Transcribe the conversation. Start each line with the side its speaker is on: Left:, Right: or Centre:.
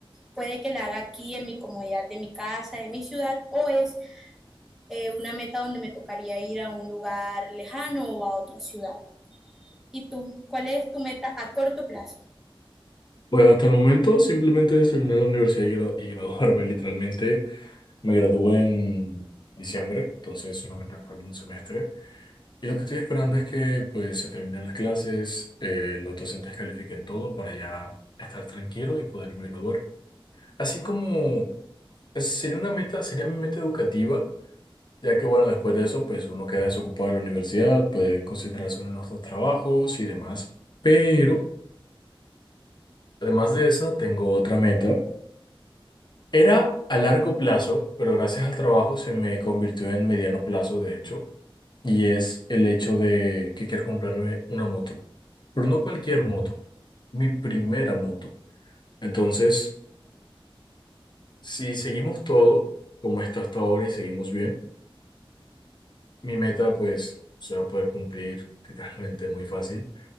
Centre: puede que la haga aquí en mi comodidad de mi casa, de mi ciudad, o es eh, una meta donde me tocaría ir a un lugar lejano o a otra ciudad. ¿Y tú? ¿Cuál es tu meta a corto plazo?
Left: Bueno, hasta el momento simplemente es terminar la universidad y, gra- y graduarme, <laughs> literalmente. Me gradué en diciembre, entonces solamente me falta un semestre. Y lo que estoy esperando es que pues se terminen las clases, eh, los docentes califiquen todo para ya estar tranquilo y poderme graduar. Así como... es- Sería una meta, sería mi meta educativa, Ya que bueno, después de eso, pues uno queda desocupado de la universidad, puede concentrarse en otros trabajos y demás. Pero, además de esa, tengo otra meta. Era a largo plazo, pero gracias al trabajo se me convirtió en mediano plazo, de hecho, y es el hecho de que quiero comprarme una moto. Pero no cualquier moto, mi primera moto. Entonces, si seguimos todo como está hasta ahora y seguimos bien, mi meta pues se va a poder cumplir literalmente muy fácil.